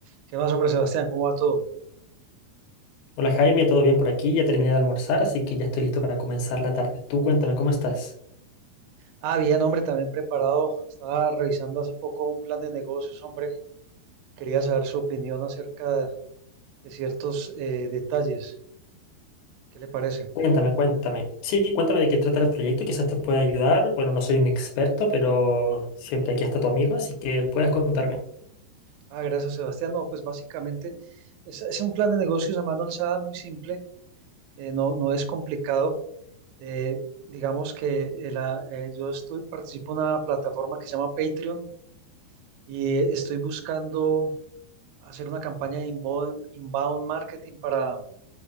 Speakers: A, on the right (about 85°); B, on the left (about 80°).
A: ¿Qué más, hombre, Sebastián? ¿Cómo va todo?
B: Hola Jaime, ¿todo bien por aquí? Ya terminé de almorzar, así que ya estoy listo para comenzar la tarde. Tú cuéntame, ¿cómo estás?
A: Ah, bien, hombre, también preparado. Estaba revisando hace poco un plan de negocios, hombre, y quería saber su opinión acerca de, de ciertos eh, detalles. ¿Qué le parece?
B: Cuéntame, cuéntame. Sí, cuéntame de qué trata el proyecto, quizás te pueda ayudar. Bueno, no soy un experto, pero siempre aquí está tu amigo, así que puedes contarme.
A: Ah, gracias, Sebastián. No, pues básicamente es, es un plan de negocios a mano alzada muy simple, eh, no, no es complicado. Eh, digamos que eh, la- eh, yo estoy, participo en una plataforma que se llama Patreon y eh, estoy buscando hacer una campaña de inbound, inbound marketing para